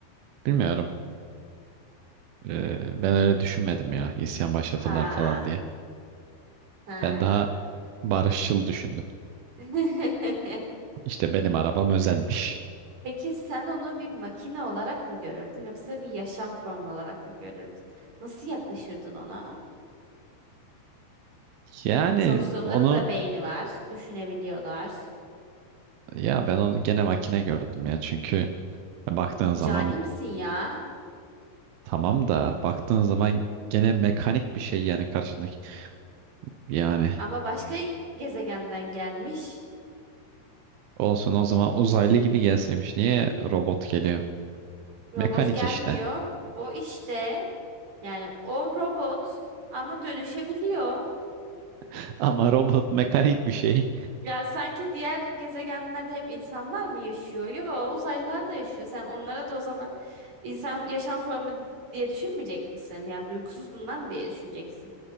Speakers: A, on the right; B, on the right.
A: bilmiyorum. E, ben öyle düşünmedim ya. İsyan başlatırlar
B: Ha.
A: falan diye.
B: Ha.
A: Ben daha barışçıl düşündüm.
B: <laughs>
A: İşte benim arabam özelmiş.
B: Peki sen onu bir makine olarak mı görürdün yoksa bir yaşam formu olarak mı görürdün? Nasıl yaklaşırdın ona?
A: Yani
B: Sonuçta onların
A: onu
B: da beyni var, düşünebiliyorlar.
A: ya ben onu gene makine gördüm ya. Çünkü baktığın zaman
B: Cani misin ya?
A: tamam da baktığın zaman gene mekanik bir şey yani karşındaki. Yani
B: Ama başka gezegenden gelmiş.
A: olsun o zaman uzaylı gibi gelseymiş. Niye robot geliyor?
B: Robot
A: Mekanik
B: gelmiyor.
A: işte.
B: O işte yani o robot ama dönüşebiliyor.
A: <laughs> Ama robot mekanik bir şey.
B: Ya sanki diğer gezegenlerde hep insanlar mı yaşıyor? Yo, uzaylılar da yaşıyor. Sen onlara da o zaman insan yaşam formu diye düşünmeyecek misin? Yani duygusuz bunlar mı diye düşüneceksin?